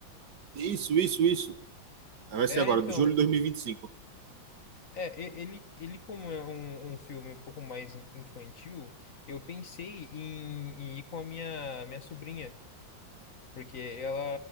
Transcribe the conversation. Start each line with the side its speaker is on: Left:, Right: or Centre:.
Right: Isso, isso, isso. É, Vai
Left: É,
Right: ser agora,
Left: então.
Right: de julho de 2025.
Left: É, e- ele, ele como é um, um filme um pouco mais in- infantil, eu pensei em, em ir com a minha, minha sobrinha, porque ela,